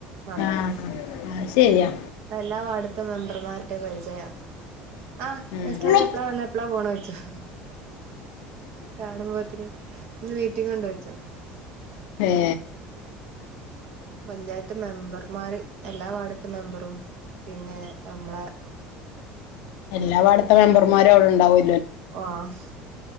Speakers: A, on the right; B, on the left.
A: നടക്കും
B: ആഹ് അത് ശരിയാ
A: അ എല്ലാ വാടുത്ത ത്തെ മെമ്പർമാരുടെ പരിചയ ആ
B: ഉം
A: നസ്‌ല ജ്ജ് പ്പളാ വന്ന എപ്പഴാ പോണ ചോയ്ച്ചും കാണുമ്പോ തിന് <unintelligible> <unintelligible>
B: ഏ
A: പഞ്ചായത്ത് മെമ്പർമാര് എല്ലാ വാർഡത്തെ മെമ്പറും പിന്നെ നമ്മളെ
B: എല്ലാ വാടുത്തെ മെമ്പർമാരും അവിടെ ഉണ്ടാവു-
A: ആഹ്